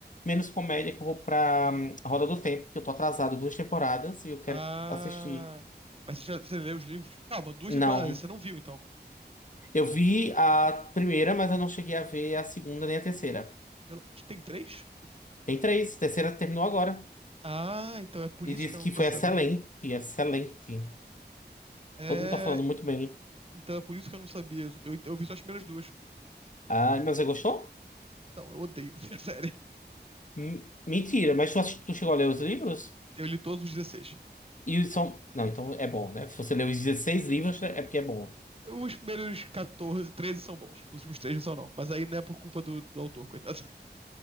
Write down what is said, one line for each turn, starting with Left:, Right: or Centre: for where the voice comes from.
Left: Menos comédia, que eu vou pra hum, Roda do Tempo, que eu tô atrasado duas temporadas e eu quero
Right: Ah.
Left: assistir.
Right: Mas você, já, você leu os livros? Calma, duas
Left: Não.
Right: temporadas, você não viu então.
Left: Eu vi a primeira, mas eu não cheguei a ver a segunda nem a terceira.
Right: Eu- tem três?
Left: Tem três. A terceira terminou agora.
Right: Ah, então é por
Left: E
Right: isso
Left: disse
Right: que eu
Left: que
Right: não tô
Left: foi
Right: sabendo.
Left: excelente, excelente.
Right: É.
Left: Todo mundo tá falando muito bem.
Right: Então é por isso que eu não sabia. Eu, eu vi só as primeiras duas.
Left: Ah, mas você gostou?
Right: Então, eu odeio <laughs> essa série.
Left: M- mentira, mas tu, assist- tu chegou a ler os livros?
Right: Eu li todos os 16.
Left: E os são. Não, então é bom, né? Se você leu os 16 livros, é porque é bom.
Right: Os primeiros 14, 13 são bons. Os últimos três não são, não. Mas aí não é por culpa do, do autor, coitado. <laughs>